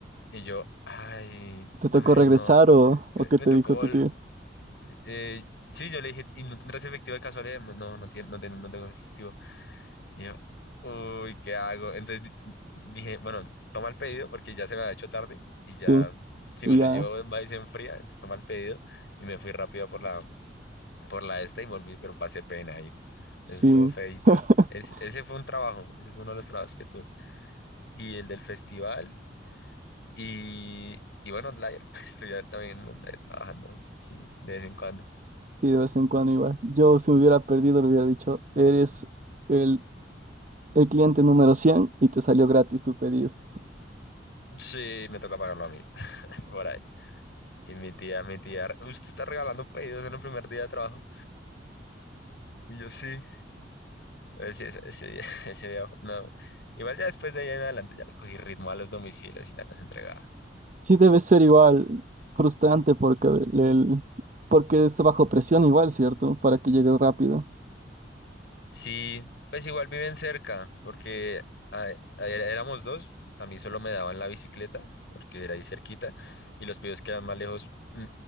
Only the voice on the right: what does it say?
¿Te tocó
regresar
o, o
qué
te
dijo tu tío?
Sí,
y
ya,
sí.
<laughs>
Sí, de vez en cuando igual. Yo si me hubiera perdido le hubiera dicho, eres el, el cliente número 100 y te salió gratis tu pedido.
Sí, debe ser igual
frustrante porque, el, el- porque está bajo presión igual, ¿cierto? Para que llegues rápido.